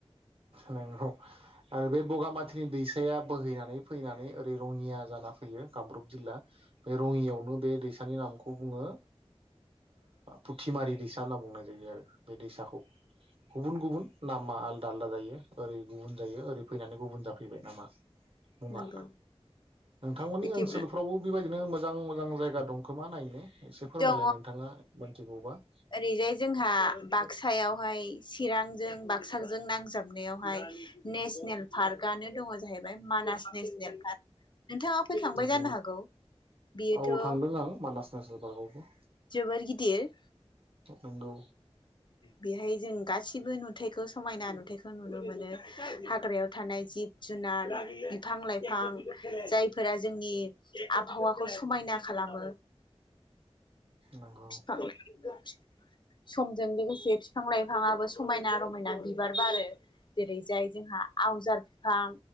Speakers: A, on the right (about 60°); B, on the left (about 45°).
A: नोंगौ आरो बे बगामाथिनि दैसाया बोहैनानै फैनानै ओरै रङिया जाना फैयो कामरुप जिल्ला बे रङियावनो बे दैसानि नामखौ बुङो फुथिमारि दैसा होनना बुंनाय जायो आरो बे दैसाखौ गुबुन गुबुन नामा आ यो ओरै गुबुन जायो ओरै फैनानै गुबुन जाफैबाय नामा मुङा
B: नंगौ
A: नोंथांमोननि
B: बिदि
A: ओनसोलफ्रावबो
B: दङ
A: बेबायदिनो मोजां मोजां जायगा दंखोमा नायनो एसे फोरमायलाय
B: दं
A: नोंथाङा मोनथिगौबा
B: ओरैजाय जोंहा बागसायावहाय चिरांजों बागसाजों नांजाबनायावहाय नेसनेल पार्कआनो दङ जाहै बाय मानास नेसनेल पार्क नोंथाङा फैखांबाय
A: नंगौ
B: जानो हागौ बेयोथ'
A: औ थांदों आं मानास नेसनेल पार्कआवबो
B: जोबोर गिदिर
A: नंगौ
B: बेहाय जों गा सिबो नुथायखौ समायना नुथायाइखौ नुनो मोनो हाग्रायाव थानाय जिब जुनार बिफां लाइफां जायफोरा जोंनि आबहावाखौ समायना खालामो
A: नंगौ
B: फिफां लाइ समजों लोगोसे से बिफां लाइफाङाबो समायना रमायना बिबार बारो जेरैजाय जोंहा आवजार बिफां,